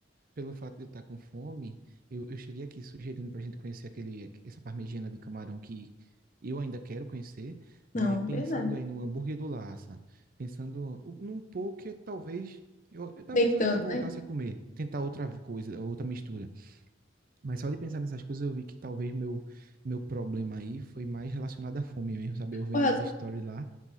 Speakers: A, on the right; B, on the left.
A: pelo fato de eu estar com fome, eu, eu cheguei aqui sugerindo para a gente conhecer aquele, essa parmegiana de camarão que eu ainda quero conhecer, mas
B: Não,
A: pensando
B: verdade.
A: aí no hambúrguer do Lassa, pensando num poke, talvez eu, talvez
B: Nem
A: eu
B: tanto,
A: ainda voltasse
B: né?
A: a comer, tentar outra coisa, outra mistura. Mas só de pensar nessas coisas eu vi que talvez meu, meu problema aí foi mais relacionado à fome mesmo, sabe? Eu vendo
B: Olha,
A: os stories lá